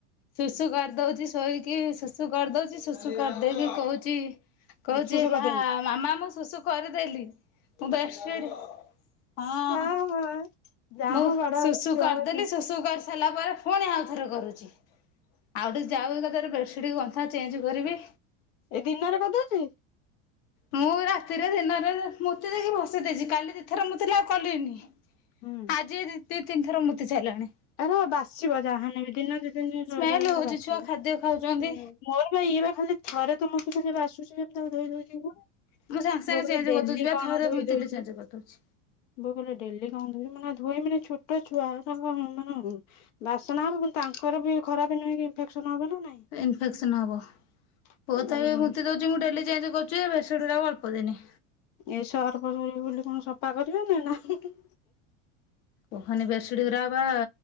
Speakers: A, on the left; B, on the left.
A: ଶୁଶୁ କରିଦଉଛି ଶୋଇକି ଶୁଶୁ କରିଦୋଉଚି ଶୁଶୁ କରିଦେଇକି କହୁଛି କହୁଛି
B: ହୁଁ ସୁସୁ
A: ହେଲା
B: କରିଦେମି।
A: ମାମା ମୁଁ ଶୁଶୁ କରିଦେଲି ମୁଁ ବେଡସିଡି ହଁ।
B: ହଁ ହଁ ଯାହା
A: ମୁଁ
B: ହଉ ବଡ
A: ଶୁଶୁ
B: ହଉ ଛୁଆ
A: କରିଦେଲି
B: କଥା
A: ଶୁଶୁ କରି ସାରିଲା ପରେ ଫୁଣି ଆଉ ଥରେ କରୁଛି। ଆଉ ଟିକେ ଯାଉ ଏକଥାର ବେଡସିଟ୍ ଗନ୍ଥା ଚେଞ୍ଜ କରିବି।
B: ଏଇ ଦିନରେ କରିଦୋଉଚି।
A: ମୁଁ ରାତିରେ ଦିନରେ ମୁତି ଦେଇକି ବସେଇ ଦେଇଛି କାଲି ଦିଥର ମୁତିଲା ଆଉ କଲିନି।
B: ହୁଁ।
A: ଆଜି ଦି ତିନିଥର ମୁତି ସାରିଲାଣି।
B: ହେରା ବାସିବ ଯାହା ହେନେବ ଦିନ ଦୁଇ ଦିନ ରହି
A: ସ୍ମେଲ
B: ରହି
A: ହଉଛି
B: ବାସିବ
A: ଛୁଆ
B: ହୁଁ।
A: ଖାଦ୍ୟ ଖାଉଛନ୍ତି।
B: ମୋର ବା ଇଏ ବା ଖାଲି ଥରେ ତ ମୁତି ଦେଲେ ବାସୁ <unintelligible> ଧୋଇ ଦଉଛି ଫୁଣି
A: ମୁଁ ସାଙ୍ଗେ ସାଙ୍ଗେ
B: ବୋଉ କଇବେ
A: ଚେଞ୍ଜ
B: ଡେଲି
A: କରିଦଉଛି ବା
B: କଣ
A: ଥରେ
B: ଧୋଇ
A: ମୂର୍ତ୍ତିଲେ
B: ଦଉଚୁ।
A: ଚେଞ୍ଜ କରିଦଉଛି।
B: ବୋଉ କହିଲେ ଡେଲି କଣ ଧୋଉଛୁ ମୁଁ କହିନି ଆଉ ଧୋଇମିନି ଛୋଟ ଛୁଆ ତାଙ୍କ ମା ହବ ବାସନା ହବ ଫୁଣି ତାଙ୍କର ବି ଖରାପ ନୁହେକି ଇନଫେକ୍ସନ ହବ ନା ନାଇଁ।
A: ଇନଫେକ୍ସନ ହବ
B: ନାଇଁ।
A: ପୁଅ ତ ଏବେ ମୁତିଦୋ ମୁଁ ଡେଲି ଚେଞ୍ଜ କରୁଛି ବେଡସିଡିଉରାକ ଅଳ୍ପ ଦିନି।
B: ଏ ସର୍ଫ ରୁହେ ବୋଲି କଣ ସଫା କରିବେ ନା ହୁଁ ହୁଁ।
A: କହନି ବେଡସିଟ ଗୁରା ବା